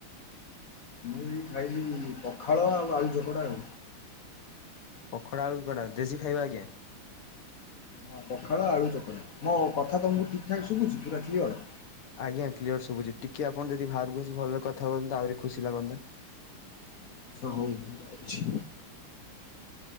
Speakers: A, on the left (about 65°); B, on the left (about 80°).
A: ମୁଁ ଖାଇଲି ପଖାଳ ଆଉ ଆଳୁ ଚକଡ଼ା ଆଉ
B: ପଖାଳ ଆଳୁ ଚକଡ଼ା ଦେଶୀ ଖାଇବା ଆଜ୍ଞା।
A: ହଁ ପଖାଳ ଆଳୁ ଚକଡ଼ା ମୋ କଥା ତୁମକୁ ଠିକ୍ ଠାକ୍ ଶୁଭୁଛି ପୁରା କ୍ଲିୟର।
B: ଆଜ୍ଞା କ୍ଲିୟର ଶୁଭୁଛି ଟିକେ ଆପଣ ଯଦି ବାହାରକୁ ଆସି ଭଲରେ କଥା କହନ୍ତା ଆହୁରି ଖୁସି ଲାଗନ୍ତା।
A: ହଉ ରହୁଛି।